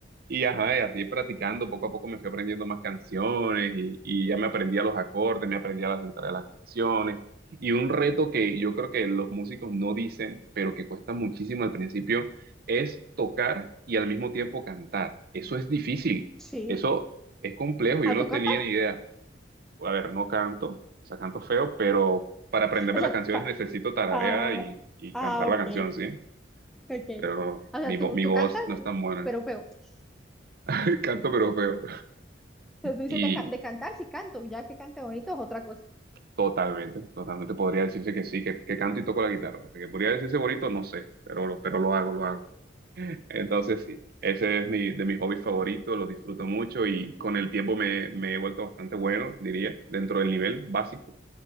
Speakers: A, on the right; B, in the centre.
A: Y ajá, y así practicando, poco a poco me fui aprendiendo más canciones y, y ya me aprendía los acordes, me aprendía las letras de las canciones. Y un reto que yo creo que los músicos no dicen, pero que cuesta muchísimo al principio, es tocar y al mismo tiempo cantar. Eso es difícil,
B: Sí.
A: eso es complejo, yo
B: ¿A
A: no
B: tú
A: tenía
B: cantas?
A: ni idea. A ver, no canto, o sea, canto feo, pero para aprenderme
B: O sea,
A: las canciones necesito tararear
B: Ah,
A: y, y
B: ah,
A: cantar
B: ok,
A: la canción, ¿sí?
B: ok.
A: Pero
B: O sea,
A: mi, vo-
B: tú,
A: mi
B: tú
A: voz
B: cantas,
A: no es tan buena.
B: pero feo. O
A: <laughs> Canto pero feo.
B: sea, tú dices
A: Y
B: de, ca- de cantar, sí canto, ya que cante bonito es otra cosa.
A: totalmente, totalmente podría decirse que sí, que, que canto y toco la guitarra. Que podría decirse bonito, no sé, pero, lo- pero lo hago, lo hago. Entonces sí, ese es mi, de mis hobbies favoritos, lo disfruto mucho y con el tiempo me, me he vuelto bastante bueno, diría, dentro del nivel básico.